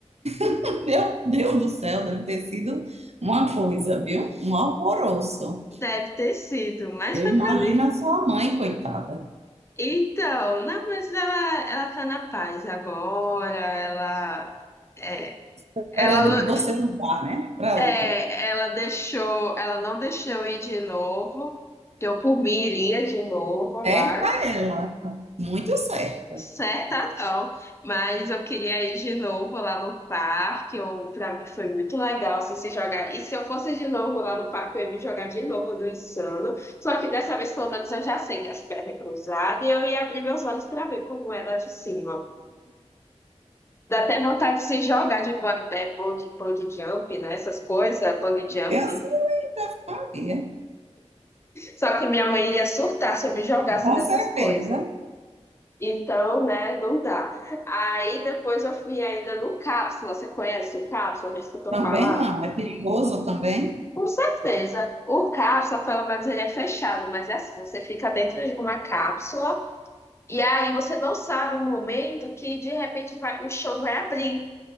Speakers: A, on the right; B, on the left.
A: <laughs> meu Deus do céu, deve ter sido uma coisa, viu? Um alvoroço.
B: Deve ter sido, mas
A: Eu
B: foi
A: imagino
B: pra
A: a sua mãe, coitada,
B: Então, não, mas ela, ela tá na paz agora, ela, é,
A: esperando
B: ela,
A: que você não vá, né, para
B: é,
A: outra.
B: ela deixou, ela não deixou eu ir de novo, que eu por mim iria de novo lá,
A: Certa ela, muito certa.
B: certa não, mas eu queria ir de novo lá no parque, eu, pra mim foi muito legal assim, se jogar, e se eu fosse de novo lá no parque, eu ia me jogar de novo do Insano, só que dessa vez pelo menos eu já sei que as pernas cruzadas, e eu ia abrir meus olhos pra ver como era de cima. Dá até vontade de se jogar de bun- é, bungee, bungee jump, né? Essas coisas, bungee jump.
A: Eu sabia,
B: Só que minha mãe ia surtar se eu me jogasse
A: com
B: dessas
A: certeza.
B: coisas. Então, né, não dá. Aí depois eu fui ainda no Cápsula. Você conhece o Cápsula? Já escutou
A: Também
B: falar?
A: não, é perigoso também.
B: Com certeza. O Cápsula, pelo menos, ele é fechado, mas é assim, você fica dentro de uma cápsula e aí você não sabe o momento que de repente vai, o chão vai abrir.